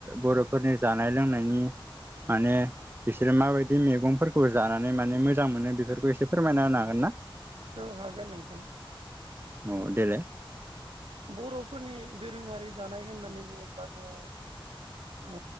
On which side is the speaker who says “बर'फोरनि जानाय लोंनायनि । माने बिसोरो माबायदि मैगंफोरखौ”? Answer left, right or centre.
Right